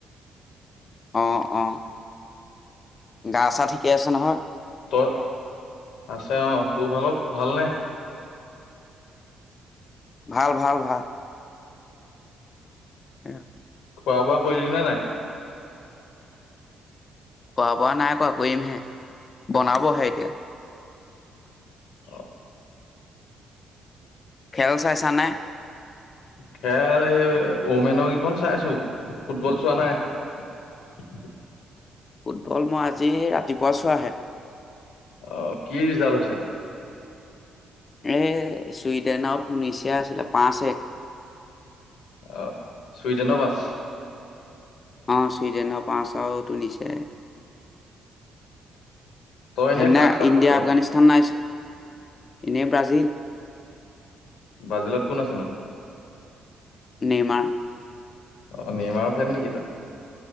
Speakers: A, on the left; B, on the left.
A: অ অ। গা চা ঠিকে আছে নহয়।
B: তই আছে অ তোৰ ভাগক ভালনে।
A: ভাল ভাল ভাল। ওম।
B: খোৱা বোৱা কৰিলি নে নাই।
A: কোৱা বোৱা নাই কোৱা কৰিম হে। বনাবহে এতিয়া।
B: অ।
A: খেল চাইছানাই ।
B: খেল এই ওমেনৰ কেইখন চাইছো ফুটবল চোৱা নাই।
A: ফুটবল মই আজি ৰাতিপুৱা চোৱ আহে।
B: অ কি ৰিজাল্ট হৈছে।
A: এই চুইডেনৰ টুনিচিয়া আছিলে পাঁচ এক।
B: আহ ছুইডেনৰ বাছ।
A: অ ছুইডেনৰ পাঁচওটোুনিছে। সেইদিনা
B: তই এনে কাক চাপৰ্ট
A: ইণ্ডিয়া
B: কৰ?
A: আফগানিস্তান নাই। এনেই ব্ৰাজিল।
B: বাজিলত কোন আছেনো।
A: নেৰ্মা ।
B: অ নেমাও ফেন নেকি তই।